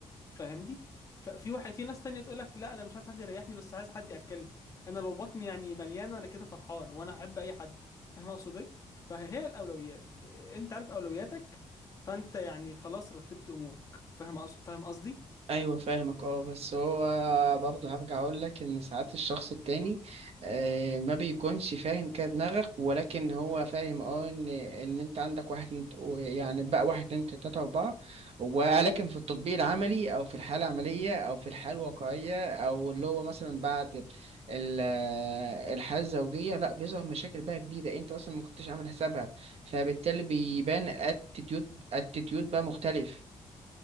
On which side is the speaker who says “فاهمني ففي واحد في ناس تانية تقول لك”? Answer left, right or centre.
Left